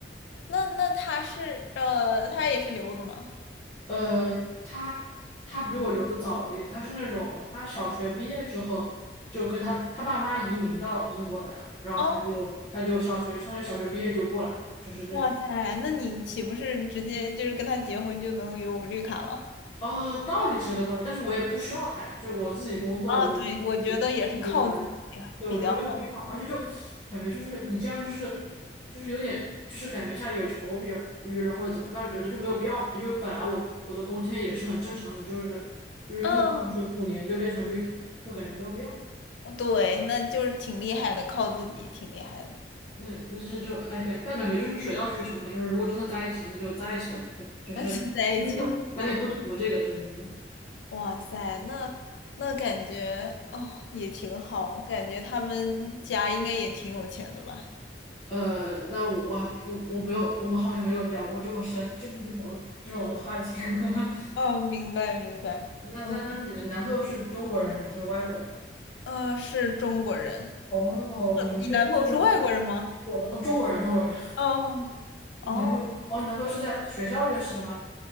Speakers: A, on the left; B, on the left.
A: 那那他是呃，他也是留子吗？
B: 呃，他他比我留的早了一点，他是那种他小学毕业之后就跟他他爸妈移民到英国来了，然后他就他就小学上小学毕业就过来了，
A: 哦，
B: 就是那种。
A: 哇塞，那你岂不是直接就是跟他结婚就能有绿卡了？
B: 啊，道理是这个道理，但是我也不需要他呀，就我自己工作，
A: 啊，
B: 我应该也是可以转运，
A: 对，我觉得也是靠自己啊比较好。
B: 对，我觉得没有必要，而且就感觉就是你这样就是就是有点就是感觉像有求必于人或者怎么样，但是觉得就没有必要嘛，因为本来我我的工签也是很正常的，就是因为英国就是五年就变成绿卡，
A: 嗯，
B: 就感觉没有必要。
A: 哦对，那就是挺厉害的，靠自己挺厉害的，
B: 那那是就哎感，但感觉就是水到渠成吧，就是如果真的在一起了，那就在一起了，对，
A: <laughs>
B: 就是
A: 就在一起了。
B: <laughs> 就咱也不图这个，
A: 对，
B: 就是说。
A: 哇塞，那那感觉哦也挺好，感觉他们家应该也挺有钱的吧？
B: 呃，那我我还我我没有，我们好像没有聊过这么深这么有这种话题。<laughs>
A: 哦，明白明白。
B: 那那那你的男朋友是中国人还是外国人？
A: 嗯。呃，是中国人。
B: 哦，
A: 呃你男朋友是外国人吗？
B: 你们是就是我的哦中国人，中国人。
A: 哦哦，
B: 你男朋友哦，你男朋友是在学校认识的吗？